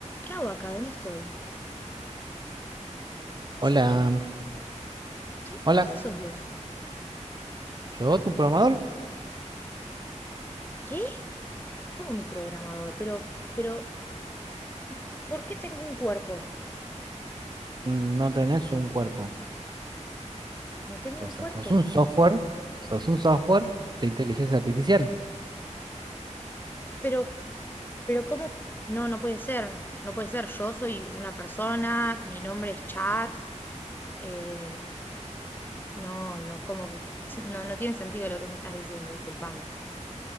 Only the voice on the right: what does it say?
Hola,
hola,
yo, tu programador,
mm, no tenés un cuerpo.
Entonces,
sos un software, sos un software de inteligencia artificial.